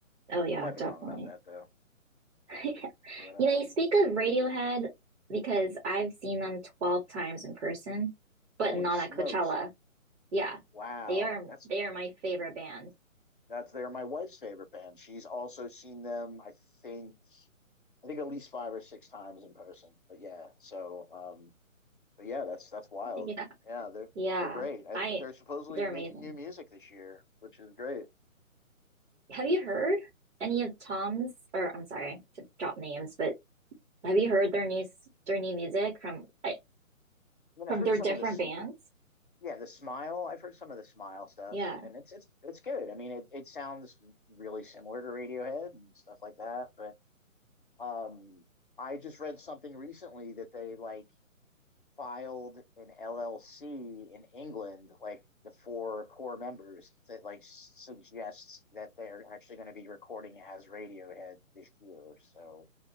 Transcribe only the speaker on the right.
Oh yeah,
definitely.
<laughs>
You know, you speak of Radiohead because I've seen them 12 times in person, but
not
at Coachella. Yeah.
They are
they are my favorite band.
<laughs> Yeah.
Yeah.
I
they're
amazing.
Have you heard any of Tom's, or I'm sorry to drop names, but have you heard their new s- their new music from I,
from
their
different
bands?
Yeah.